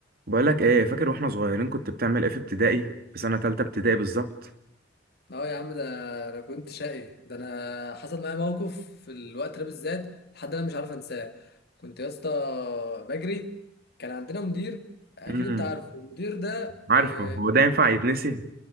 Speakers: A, on the right (about 55°); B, on the left (about 60°).
A: بقولك ايه فاكر واحنا صغيرين كنت بتعمل ايه في ابتدائي في سنة تالتة ابتدائي بالظبط
B: اه يا عم ده انا كنت شقي ده انا حصل معايا موقف في الوقت ده بالذات لحد انا مش عارف انساه كنت يا اسطى بجري كان عندنا مدير اكيد
A: امم
B: انت عارف المدير ده
A: عارفه
B: آه،
A: هو ده
B: يعني
A: ينفع يتنسي